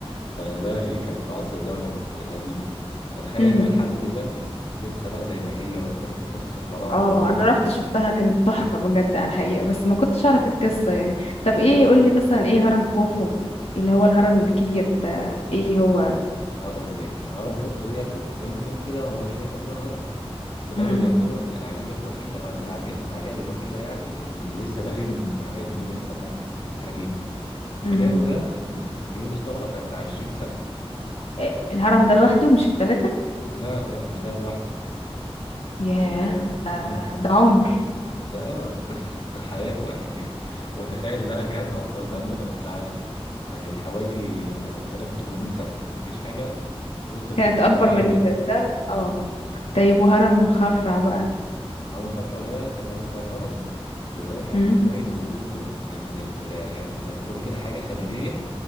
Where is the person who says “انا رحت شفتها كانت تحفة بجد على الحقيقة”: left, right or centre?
Left